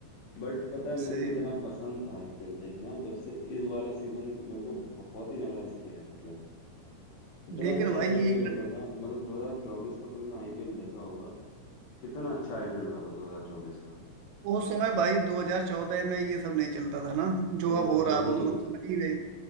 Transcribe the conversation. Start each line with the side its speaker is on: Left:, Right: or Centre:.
Left: बट पता है मेरे
Right: सही
Left: को इतना पसंद था आईपीएल देखना जब से इस वाला सीजन मेरे को बहुत ही नाराज किया है मतलब इतना
Right: लेकिन
Left: अच्छा
Right: भाई
Left: आईपीएल
Right: ये
Left: होता था मतलब 2024 का तुमने आईपीएल देखा होगा कितना अच्छा आईपीएल रहा था 2024 का
Right: उस समय भाई 2014 में ये सब नहीं चलता था ना जो
Left: वही
Right: अब हो रहा है वो तो तुम समझ ही गए